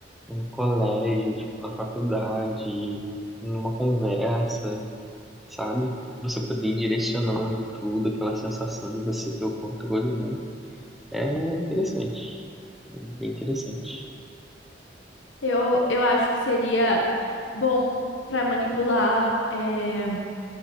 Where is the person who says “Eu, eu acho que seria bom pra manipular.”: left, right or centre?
Left